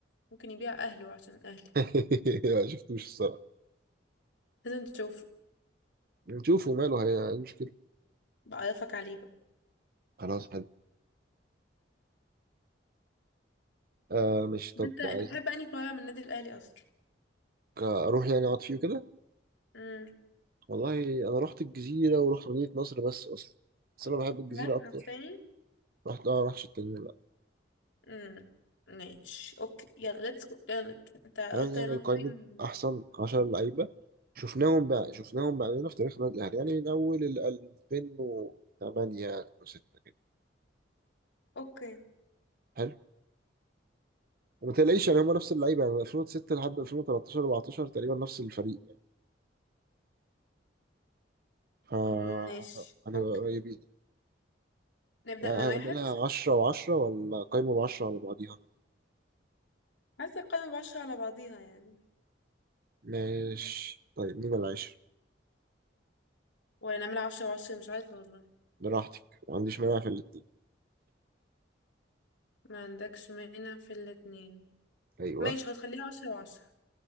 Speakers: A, on the left (about 85°); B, on the right (about 55°).
A: ممكن يبيع أهله عشان أهلي
B: <laughs> ما شفتوش الصراحه
A: لازم تشوفه
B: نشوفه ماله هي إيه المشكله
A: بعرفك عليه بقى
B: خلاص حلو آه مش طب
A: طب أنت أنت
B: عايزك
A: بتحب أنهي فرع من النادي الأهلي أصلا؟
B: اروح يعني اقعد فيه كده
A: امم
B: والله انا رحت الجزيره ورحت مدينه نصر بس اصلا بس انا بحب الجزيره
A: بس
B: اكتر
A: نفس تاني؟
B: رحت اه رحت التانيين
A: امم ماشي أوكي يلا ليتس جو يلا نبدأ أنت
B: تعالى
A: قلت
B: نعمل
A: يلا نقيم
B: قائمة أحسن عشر لعيبة شفناهم بقى
A: مم.
B: شفناهم بقى في تاريخ النادي الأهلي يعني من أول ال 2008 2006 كده
A: أوكي
B: حلو وما تلاقيش يعني هما نفس اللعيبة يعني من 2006 لحد 2013 14 تقريبا نفس الفريق يعني ف
A: ماشي
B: هنبقى
A: أوكي
B: قريبين يعني.
A: نبدأ
B: هنعملها
A: من واحد
B: 10 و10 ولا قايمة ب 10 على بعضيها
A: عايزة القايمة بعشرة على بعضيها يعني
B: ماشي طيب مين العاشر
A: ولا نعملها عشرة بعشرة مش عارفة والله
B: براحتك ما عنديش مانع في الاتنين
A: ما عندكش مانع في الاتنين
B: أيوه
A: ماشي خلاص خليها عشرة وعشرة